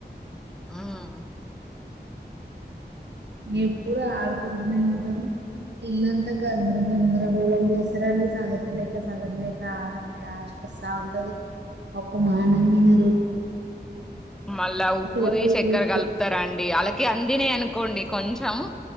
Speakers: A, in the centre; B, on the right.
A: ఆ
B: ఎప్పుడు ఆడుకుంటనే ఉంటరు, ఇల్లం తా గందర గందరగోళం చేస్తా పసరాని సదర లేక సదరలేక యాష్టవస్తా ఉంటది. ఒక్క మానాన ఇనరు.
A: మళ్ళా ఉప్పుది
B: దగ్గర
A: చక్కెర
B: కూర్చో
A: కలుపు తారండి ఆళ్లకి అందినే అనుకోండి కొంచెం